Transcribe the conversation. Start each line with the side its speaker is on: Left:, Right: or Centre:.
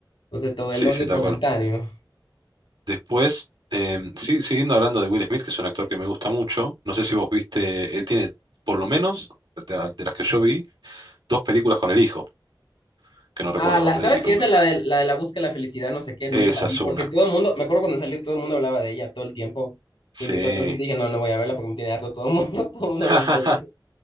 Left: Entonces todo
Right: sí,
Left: el odio
Right: sí,
Left: es
Right: tal
Left: momentáneo.
Right: cual. Después, em, sí, siguiendo hablando de Will Smith, que es un actor que me gusta mucho, no sé si vos viste, él tiene, por lo menos, de, de las que yo vi, dos películas con el hijo, que no recuerdo
Left: Ah, la,
Right: el nombre
Left: ¿sabes
Right: del hijo.
Left: qué? Esa, la de, la de la búsqueda de la felicidad, no sé qué, nunca
Right: Esa
Left: la vi,
Right: es
Left: porque
Right: una,
Left: todo el mundo, me acuerdo cuando salió, todo el mundo hablaba de ella todo el tiempo,
Right: sí.
Left: veinticuatro siete dije, no, no voy a verla porque me tiene harto todo el mundo, <laughs> todo el mundo
Right: <laughs>
Left: hablando de ella.